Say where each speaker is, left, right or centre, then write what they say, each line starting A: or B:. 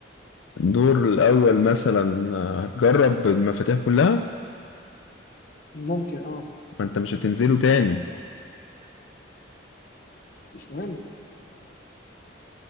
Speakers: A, on the left (about 85°); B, on the left (about 45°).
A: الدور الاول مثلا هتجرب المفاتيح كلها
B: ممكن اه
A: ما انت مش هتنزله تاني
B: مش مهم